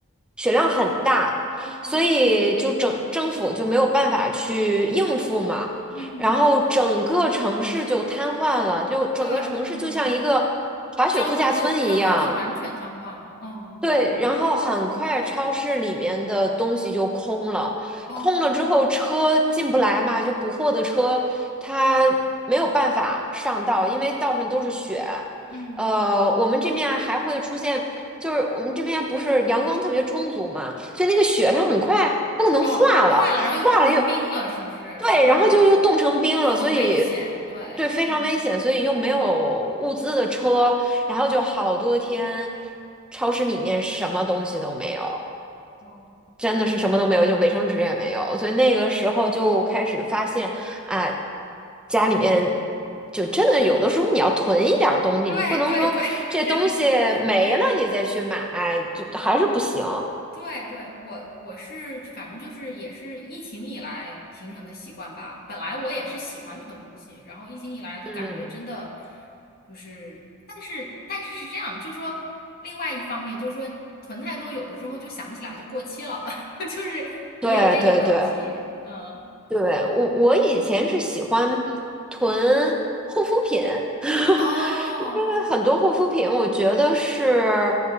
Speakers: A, in the centre; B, on the left.
A: 雪量很大，
B: 哦，
A: 所以就整政府就没有办法去应付嘛。
B: 嗯，
A: 然后整个城市就瘫痪了，就整个城市就像一个
B: 对对对，
A: 滑雪度假村一样，
B: 交通就交通就完全瘫痪了。嗯，
A: 对，
B: 明白。
A: 然后很快超市里面的东西就空了，
B: 嗯，哦，
A: 空了之后车进不来嘛，就补货的车它没有办法上道，因为道上都是雪。
B: 嗯，
A: 呃，我们这面还会出现，就是我们这边不是阳光特别充足嘛，所以那个雪它很快它可能化了，
B: 哦，化了，然后又冻成冰了，
A: 化了又
B: 是不是？
A: 对，
B: 嗯，
A: 然后就又冻成冰了，
B: 就很危险。
A: 所以
B: 对，
A: 对非常危险，
B: 嗯，
A: 所以又没有物资的车，然后就好多天，超市里面什么东西都没有，
B: 哦。
A: 真的是什么都没有，就卫生纸也没有。所以那个时候就开始发现啊，家里面就真的有的时候你要囤一点儿东西，
B: 对对对，
A: 你不能说这东西没了你再去买，
B: <laughs> 是。
A: 就还是不行。
B: 对对，我我是反正就是也是疫情以来形成的习惯吧。本来我也是喜欢囤东西，然后疫情以来就感觉真的
A: 嗯，
B: 就是，但是但是是这样，就是说另外一方面就是说囤太多，有的时候就想不起来就过期了，<laughs> 就是也有这个问题。
A: 对对对。
B: 嗯，
A: 对，我我以前是喜欢囤护肤品，<laughs>
B: 哦，
A: 因为很多护肤品我觉得是，